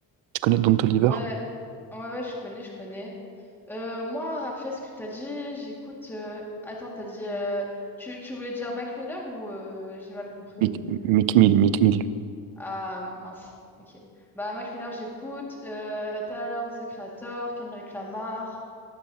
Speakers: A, on the right; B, in the centre.
A: Tu connais Don Toliver?
B: ouais, ouais, je connais, je connais. Euh, moi, rappelez ce que t'as dit, j'écoute. euh, Attends, t'as dit. euh, Tu, tu voulais dire Mac Miller ou euh, j'ai mal compris
A: Mick,
B: au début?
A: Mick Mill, Mick Mill.
B: Ah, mince, ok. Bah, Mac Miller, j'écoute. Euh, Tyler, The Creator, Kendrick Lamar.